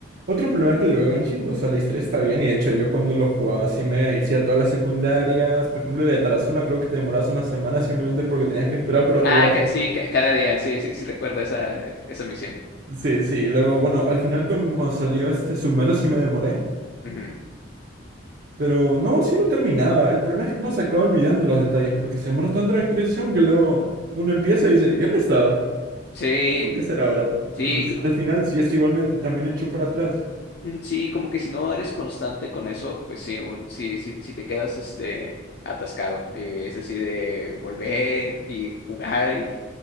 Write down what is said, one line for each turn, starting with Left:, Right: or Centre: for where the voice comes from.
Right: otro problema que le veo a Genshin, o sea, la historia está bien, y de hecho yo cuando lo jugaba sí me decía todas las secundarias, por ejemplo, el de Tarazona creo que te demorabas una semana simplemente porque tenías que esperar para
Left: Ah,
Right: jugar.
Left: ca- sí, ca- cada día, sí, sí, sí recuerdo esa, e, esa misión.
Right: Sí, sí, y luego, bueno, al final con- cuando salió este Sumero sí me demoré,
Left: Ujú.
Right: pero no, sí lo terminaba. El problema es que uno se acaba olvidando los detalles porque se demora tanto en la actualización que luego uno empieza y dice, ¿y dónde estaba?
Left: Sí,
Right: ¿Qué tengo que hacer ahora?
Left: sí,
Right: Entonces,
Left: c-
Right: al final sí, esto igualmente también echó para atrás.
Left: mm, sí, como que si no eres constante con eso, pues sí, un- sí, sí, sí te quedas este atascado. Eh, es así de volver y jugar. Y,